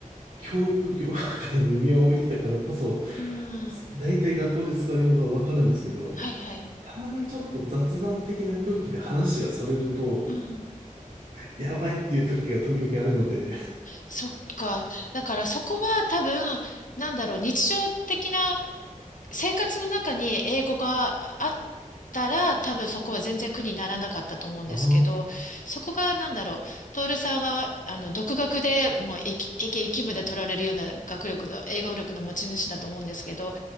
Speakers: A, on the right (about 85°); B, on the left (about 70°).
A: 教育業界に身を置いてたからこそ、
B: うーん。
A: 大体学校で使う用語はわかるんですけど、
B: はいはい。
A: たまにちょっと雑談的な空気で話がそれると、
B: うん。
A: やばいっていう時が時々あるので、
B: そっか。だからそこは多分、なんだろう、日常的な生活の中に英語があったら、多分そこは全然苦にならなかったと思うんですけど、
A: ああ、
B: そこがなんだろう、徹さんは、あの、独学でもう、いき、いき、いきまで取られるような学力の、英語力の持ち主だと思うんですけど、